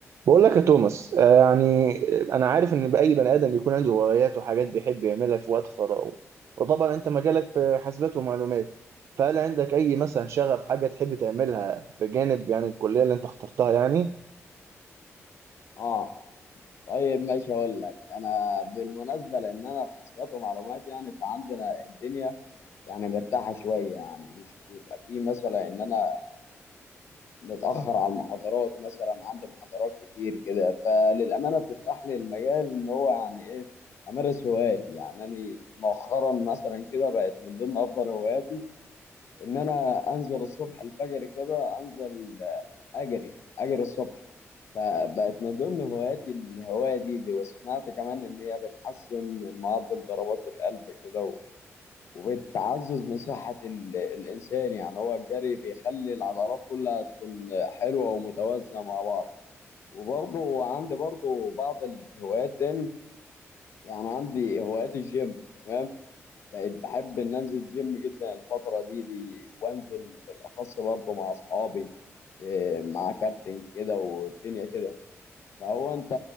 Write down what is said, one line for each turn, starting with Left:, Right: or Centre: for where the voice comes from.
Right: بقول لك يا توماس آه، يعني انا عارف ان اي بني ادم بيكون عنده هوايات وحاجات بيحب يعملها في وقت فراغه وطبعا انت مجالك في حاسبات ومعلومات فهل عندك اي مثلا شغف حاجه تحب تعملها بجانب يعني الكليه اللي انت اخترتها يعني
Left: اه طيب ماشي اقول لك انا بالمناسبه لان انا في حسابات ومعلومات يعني فعندنا الدنيا يعني مرتاحه شويه يعني مش بيبقى في مثلا ان انا متاخر على المحاضرات مثلا عندي محاضرات كتير كده فللامانه بتفتح لي المجال ان هو يعني ايه امارس هواياتي يعني انا مؤخرا مثلا كده بقت من ضمن افضل هواياتي ان انا انزل الصبح الفجر كده انزل اجري اجري الصبح فبقت من ضمن هواياتي الهوايه دي دي وسمعت كمان ان هي بتحسن من معدل ضربات القلب كده و- وبتعزز من صحه ال- الانسان يعني هو الجري بيخلي العضلات كلها تكون حلوه ومتوازنه مع بعض وبرضه عندي برضه بعض الهوايات تاني يعني عندي هوايات الجيم تمام بقيت بحب ان انزل جيم جدا الفتره دي دي وانزل بالاخص برضه مع اصحابي إيه، مع كابتن كده والدنيا كده فهو انت